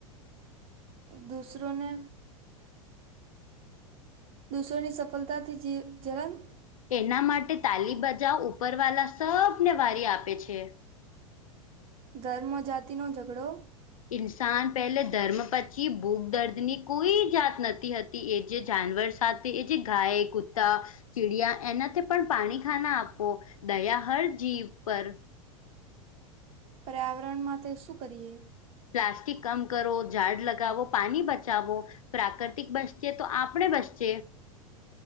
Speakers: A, on the right (about 35°); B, on the left (about 75°).
A: દૂસરોને દૂસરોની સફળતાથી જે જેરામ
B: એના માટે તાલી બજાવ ઉપરવાલા સબને વારી આપે છે.
A: ધર્મ જાતિનો ઝઘડો
B: ઇન્સાન પહેલે ધર્મ પછી ભૂખ દર્દ ની કોઈ જાત નથી હતી. એ જે જાનવર સાથે એ જે ગાય કુતા ચીડિયા એનાથી પણ પાણી ખાના આપો દયા હર જીવ પર
A: પર્યાવરણ માં શું કરીએ
B: પ્લાસ્ટિક કમ કરો ઝાડ લગાવો પાણી બચાવો. પ્રાકૃતિક બસશે તો આપણે બસચ